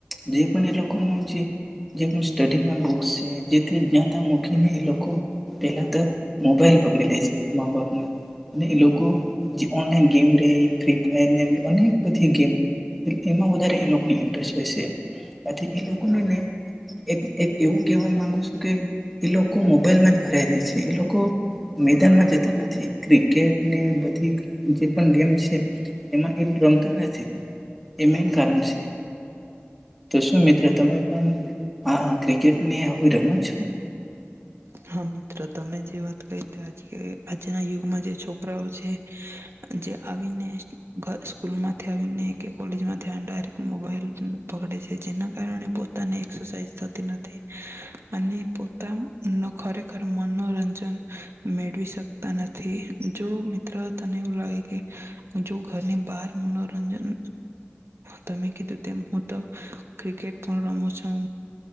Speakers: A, in the centre; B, on the right.
A: જે પણ એ લોકોનું જે જે જ્યા ત્યાં મકીને એ લોકો પેલા તો મોબાઈલ પકડી લે છે મા બાપના અને એ લોકો જે ઓનલાન ગેમ ર ફ ફાયર અને બધી ગમ એમાં વધારે એ લોકો ઇન્ટરેસ્ટ હોય છે આથી એ લોકોને એક એક એવું કેહેવા માંગુ છું કે એ લોકો મોબાઈલમાં જ ભરાય ર છે એ લોકો મેદાનમાં જતા નથી ક્રિકેટને બધી જે પણ ગેમ છે એમાં રમતા નથી એ મેન કારણ છે તો શું મિત્ર તમે પણ આ ક્રિકેટ ને આવું રમત
B: હા મ્ર તમે જે વાત કરી આજ આજના યુગમાં જે છોકરાઓ છે જે આવીને સ્કૂલમાંથી આવીને કે કોલેજમાં ધ ડાયરેક્ટ મોબાઈલ પકડે છે જેના કારણે પોતાની એસરસાઇઝ થતી નથી અને પોતા ખરેખર મનોરંજન મેળવી શકતા નથી જો મિત્ર તને એવું લાગે કે જો ઘરની બાર મનોરંજન તમે કીધું તેમ હું તો ક્રિકેટ પણ રમું છું